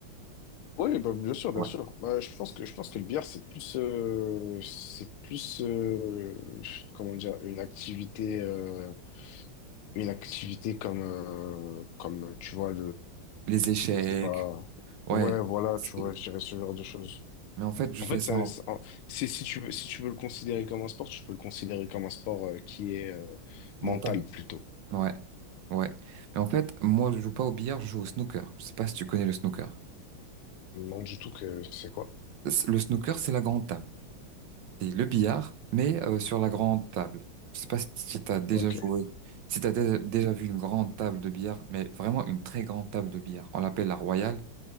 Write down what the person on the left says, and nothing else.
Oui, bah, bien sûr, bien
sûr. Bah, je pense que je pense que le billard c'est plus euh, c'est plus euh, comment dire une activité euh, une activité comme euh, comme tu vois
C'est pas.
Ouais, voilà,
tu vois, je dirais ce genre de choses.
En
fait,
ça,
c'est, en- c'est- si tu veux, si tu veux le considérer comme un sport, tu peux le considérer comme un sport euh, qui est euh,
mental plutôt.
Non, du tout que c'est quoi?
Ok.